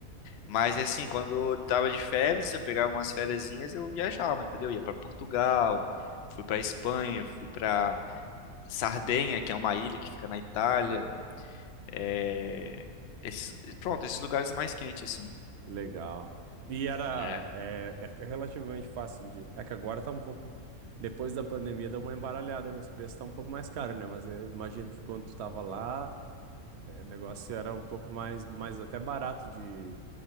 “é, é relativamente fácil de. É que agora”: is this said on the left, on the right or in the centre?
Right